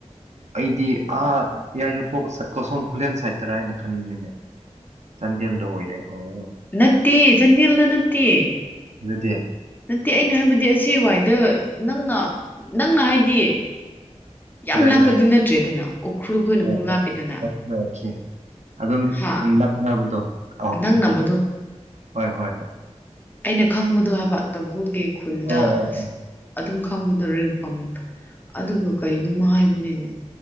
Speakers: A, on the right (about 70°); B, on the left (about 15°).
A: ꯑꯩꯗꯤ ꯑꯥ ꯌꯥꯏꯔꯤꯄꯣꯛ ꯀꯣꯁꯣꯝ ꯈꯨꯂꯦꯟ ꯁꯥꯏꯠꯇꯔꯥ ꯍꯥꯏꯅ ꯈꯟꯅꯤꯡꯅꯤꯅꯦ ꯆꯥꯟꯗꯦꯜꯗ ꯑꯣꯏꯔꯦ ꯑꯣ
B: ꯅꯠꯇ ꯆꯟꯗꯦꯜꯗ ꯅꯠꯇꯦ
A: ꯑꯗꯨꯗꯤ
B: ꯅꯠꯇꯦ ꯑꯩꯅ ꯍꯥꯏꯕꯗꯤ ꯑꯁꯤ ꯋꯥꯏꯗ ꯅꯪꯅ ꯅꯪꯅ ꯍꯥꯏꯗꯤ ꯌꯥꯝ
A: ꯀꯗꯥꯏꯗ
B: ꯂꯥꯞꯄꯗꯤ ꯅꯠꯇ꯭ꯔꯦꯗꯅ ꯎꯈ꯭ꯔꯨꯈ ꯑꯣꯏꯅ
A: ꯑꯣ
B: ꯑꯃꯨꯛ
A: ꯑꯣ
B: ꯂꯥꯞꯄꯤꯗꯅ
A: ꯑꯣꯀꯦ ꯑꯣꯀꯦ ꯑꯗꯨꯝ
B: ꯍꯥ
A: ꯅꯛꯅꯕꯗꯣ ꯑꯣꯀꯦ
B: ꯅꯪ ꯅꯝꯕꯗꯣ
A: ꯍꯣꯏ ꯍꯣꯏ ꯍꯣꯏ
B: ꯑꯩꯅ ꯈꯪꯕꯗꯣ ꯍꯥꯏꯕ ꯇꯈꯨꯒꯤ ꯈꯨꯟꯗ
A: ꯑꯣ ꯑꯣ
B: ꯑ
A: ꯑꯣ
B: ꯑꯗꯨꯝ ꯈꯪꯕꯗꯣ ꯝ ꯑꯗꯨꯒ ꯀꯅꯣꯃ ꯍꯥꯏꯕꯅꯤꯅꯣ